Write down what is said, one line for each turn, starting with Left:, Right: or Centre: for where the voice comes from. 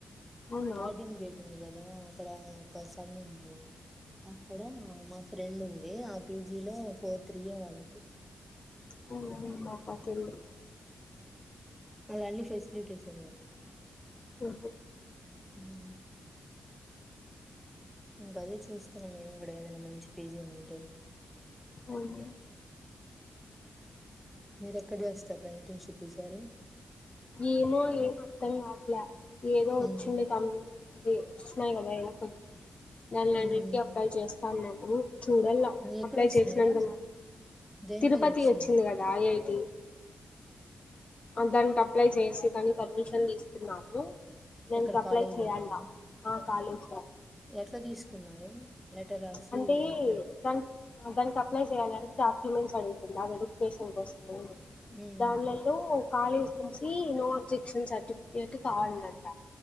Left: అవునా
Centre: ఆర్డన్ గేట్ ఉంది కదా అక్కడ ఒక సంద్ ఉంది అక్కడ మ మా ఫ్రెండ్ ఉంది ఆ పీజీ లో ఫోర్ త్రీయే వాళ్ళకి
Left: అవున ఏమో అబ్బ తెల్దు
Centre: వన్ని ఫెసిలిటీస్ ఉన్నాయి
Left: అహ
Centre: ఉమ్ ఇంకా అదే చూస్తున్నాం మేం కూడా ఏదైనా మంచి పీజీ ఉంటే
Left: అవునా
Centre: మీరు ఎక్కడ చేస్తారా ఇంటర్షిప్ ఈ సారి
Left: ఏమో ఏం అర్థం కాట్ల ఏదో వచ్చింది
Centre: ఉమ్.
Left: కంపెనీ అది చెప్పినా కదా ఏదో కంపెనీ అని దాన్లన్నిటికి
Centre: ఉమ్.
Left: అప్లై చేస్తాన్నాము చూడల్ల
Centre: ఎక్కడ
Left: అప్లై
Centre: వస్తున్నాయిరా
Left: చేసినంతమా
Centre: దేంట్లో
Left: తిరుపతి
Centre: చేస్తున్నారు
Left: వచ్చింది కదా ఐఐటి అ దానికి అప్లై చేసి కని పర్మిషన్ తీసుకున్నాము దానికి
Centre: ఇక్కడ
Left: అప్లై
Centre: కాలేజీలోనా
Left: చెయాల ఆ కాలేజీ లా
Centre: ఎట్లా తీసుకున్నారు లెటర్ రాసి
Left: అంటే
Centre: అప్లై
Left: దానికి దానికి అప్లై చేయాలని డాక్యుమెంట్స్ అడుగు తుంది ఆ వెరిఫికేషన్ కోసము
Centre: హ్మ్.
Left: దాండ్లలో కాలేజీ నుంచి నో అబ్జెక్షన్ సర్టిఫికెట్ కావాలంట